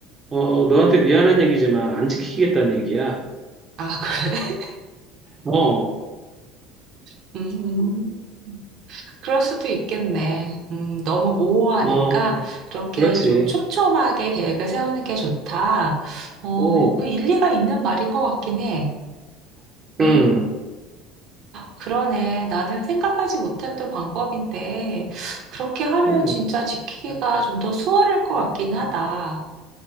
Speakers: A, on the right (about 20°); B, on the right (about 50°).
A: 어 너한테 미안한 얘기지만 안 지키겠다는 얘기야.
B: 아, 그래?
A: 어,
B: <laughs> 음, 그럴 수도 있겠네. 음, 너무 모호하니까
A: 어, 그,
B: 그렇게
A: 그렇지.
B: 좀 촘촘하게 계획을 세우는 게 좋다. 어,
A: 어,
B: 그 일리가 있는 말인 것 같긴 해. 음,
A: 음,
B: 그러네. 나는 생각하지 못했던 방법인데, 그렇게 하면
A: 음,
B: 진짜 지키기가 좀 더 수월할 것 같긴 하다.